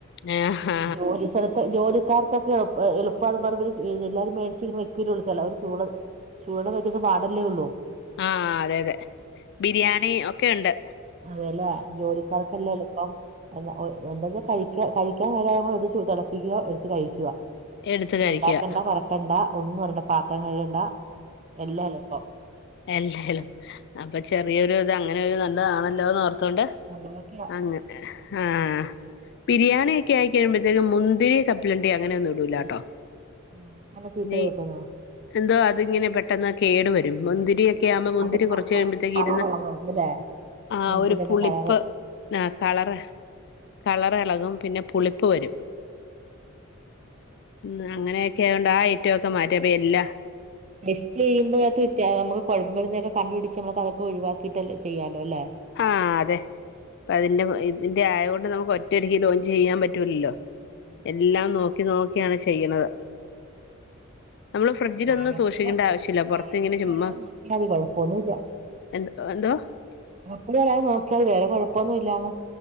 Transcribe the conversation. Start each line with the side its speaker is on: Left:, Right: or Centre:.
Left: ആ ആ
Right: ജോലി സലത്ത് ജോലിക്കാർക്കൊക്കെ എൾ എളു അപ്പൊ അത് <unintelligible> എല്ലാരും മേടിച്ച് ഇങ്ങനെ വെക്കലുള്ളൂ എല്ലാരും ചൂള ചൂടെള്ളംവെയ്ക്കുന്ന പാടല്ലേ ഉള്ളൂ.
Left: ആഹ്, അതെ അതെ. ബിരിയാണി ഒക്കെ ഒണ്ട്.
Right: അതേല്ലേ ജോലിക്കാർക്കെല്ലേ എള്പ്പം. എന്നാ ഒ എന്താച്ചാ കഴിയ്ക്കാ കഴിയ്ക്കാൻ നേരാവുമ്പോ എട്ത്ത് തെളപ്പിക്കുവ എടുത്ത് കഴിയ്ക്കുവ.
Left: എടുത്ത് കഴിക്കുക
Right: ഒണ്ടാക്കണ്ട പറക്കണ്ട ഒന്നും അറിയണ്ട പാത്രം കഴുകണ്ട എല്ലാം എള്പ്പം.
Left: എല്ലാം എള് അപ്പൊ ചെറിയൊരു ത് അങ്ങനെ ഒരു നല്ലതാണല്ലോന്നോർ ത്തോണ്ട്
Right: നല്ലതൊക്കെയാ
Left: അങ്ങനെ
Right: ഉം
Left: ആഹ്. ബിരിയാണി ഒക്ക്യേ ആയിക്ക്യയുമ്പഴത്തേക്കും മുന്തിരി കപ്പ്ലണ്ടി അങ്ങനെ ഒന്നും ഇടൂലാട്ടോ.
Right: ആഹ്, അല്ല
Left: നീ
Right: <unintelligible>
Left: എന്തോ, അതിങ്ങനെ പെട്ടെന്ന് കേടു വരും മുന്തിരിയ യാവുമ്പം മുന്തിരി
Right: അത്
Left: കൊറച്ച്
Right: കളറ്
Left: കഴിയുമ്പോഴത്തേക്കിര്ന്ന്
Right: കളറുള്ളതായിരിക്കും അല്ലേ
Left: ആഹ്
Right: മുന്തിരിയുടെയൊക്കെ
Left: ഒരു പുളിപ്പ്
Right: കളറ്
Left: ആഹ് കളറ് കളറെളകും പിന്നെ പുളിപ്പ് വരും. ഉം അങ്ങനെയൊക്കെ ആയോണ്ട് ആ ഐറ്റൊ ഒക്കെ മാറ്റി. അപ്പ എല്ല
Right: ടെസ്റ്റ്‌ ചെയ്യുമ്പോഴത്ത് തേ അമ്മക്ക് കൊഴമ്പരുന്നൊക്കെ കണ്ടു പിടിച്ച് നമ്മളെ അതൊക്കെ ഒഴിവാക്കിയിട്ട് അല്ലെ ചെയ്യാലോ ല്ലെ
Left: ഹാഹ്, അതെ പ്പ അതിന്റെ ഇതിന്റെ ആയൊണ്ട് നമുക്ക് ഒറ്റടിയ്ക്ക് ലോഞ്ച് ചെയ്യാൻ പറ്റൂലല്ലോ.
Right: ആ,
Left: എല്ലാം നോക്കി നോക്കിയാണ് ചെയ്യ്ണത്. നമ്മള് ഫ്രിഡ്ജിലൊന്നും
Right: പാകപ്പിഴ
Left: സൂക്ഷിക്കെണ്ട ആവശ്യല്ല. പൊറത്തിങ്ങനെ
Right: പാകപ്പിഴ
Left: ചുമ്മാ
Right: വരാതെ നോക്കിയാൽ മതി കുഴപ്പൊന്നുമില്ല
Left: എന്ത് എന്തോ
Right: ടുവരാതെ നോക്കിയാതി. വേറെ കൊഴപ്പൊന്നും ഇല്ലാതെ